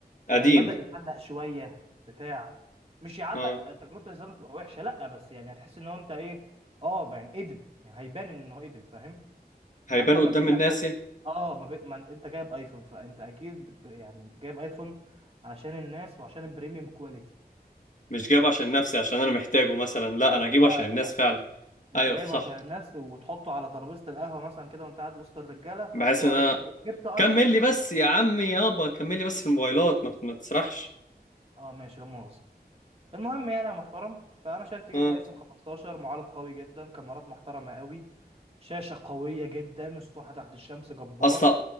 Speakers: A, on the left (about 50°); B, on the right (about 35°).
A: قديم
B: آه، بدا يعلق شويه بتاع مش يعلق
A: اه
B: آه، تجربه الاستخدام تبقى وحشه لا بس يعني هتحس ان هو انت ايه اه يعني قدم يعني هيبان انه قدم فاهم
A: هيبان
B: حتى
A: قدام
B: ما بينك
A: الناس
B: وب...
A: يا.
B: اه ما, بي... ما انت أنت جايب ايفون فانت اكيد ب- يعني جايب ايفون عشان الناس وعشان البريميوم كواليتي
A: مش جايبه عشان نفسي عشان انا محتاجه مثلا لا انا
B: لا
A: هجيبه عشان الناس فعلا
B: انت
A: ايوه
B: جايبه
A: صح
B: عشان الناس وتحطه على ترابيزه القهوه مثلا كده وانت قاعد وسط الرجاله فيقولوا
A: بحيث ان انا
B: عليك انت جبت ايفون
A: كمل لي بس يا عمي يابا كمل لي بس في الموبايلات ما, ما تسرحش
B: اه ماشي لا مؤاخذه المهم يعني يا محترم فانا شايف تجيب
A: آه.
B: الايفون 15 معالج قوي جدا كاميرات محترمه قوي شاشه قويه جدا سطوحه تحت الشمس جبار
A: أست...